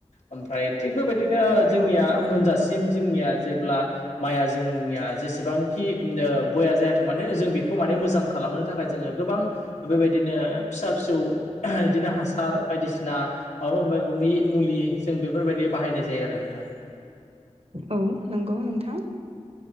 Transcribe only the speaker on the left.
ओमफ्राय थिग बेबाय दिनो
जोंनिया मोनजासिम जोंनिया जेब्ला माइया जोंनिया जेसेबांखि बया जायाथों माने जों बेखौ माने मोजां खालामनो थाखाय जोङो गोबां बेबायदि नो फिसा फिसौ ओ बिदिनो हासार बायदिसिना माबा माबि मुलि जों बेफोरबायदि बाहायनाय जायो आरो नोंथां।